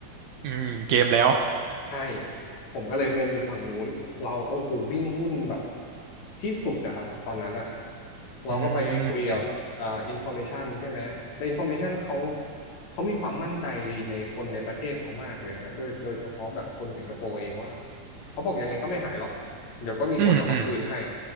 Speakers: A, on the right (about 70°); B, on the left (about 65°).
A: อืมเกมแล้ว
B: ใช่ ผมก็เลยเงินอยู่ฝั่งนู้น เราก็โอ้โหวิ่งหุ้นแบบที่สุดนะครับตอนนั้นอะเราก็ไปคุยกับอ่าอินฟอร์เมชันใช่ไหมแต่อินฟอร์เมชันเขา
A: อืม
B: เขามีความมั่นใจในคนในประเทศเขามากเลยนะฮะโดยโดยเฉพาะแบบคนสิงคโปร์เองว่าเขาบอกยังไงก็ไม่หายหรอกเดี๋ยวก็มีคนเอามาคืนให้
A: อืมอืมอืม